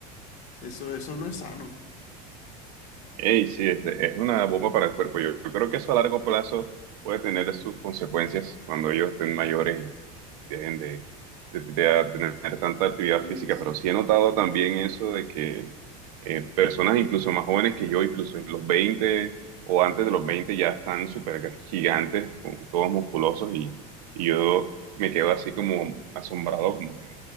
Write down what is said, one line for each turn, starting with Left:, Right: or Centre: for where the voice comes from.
Left: eso, eso no es sano.
Right: ey, sí, es, es una bomba para el cuerpo. Yo, yo creo que eso a largo plazo puede tener sus consecuencias cuando ellos estén mayores y dejen de, de- de tener tanta actividad
Left: Sí,
Right: física.
Left: sí,
Right: Pero sí he notado también eso de que eh, personas incluso más jóvenes que yo, incluso en los 20 o antes de los 20 ya están súper gigantes, con todos musculosos y, y yo me quedo así como asombrado, como que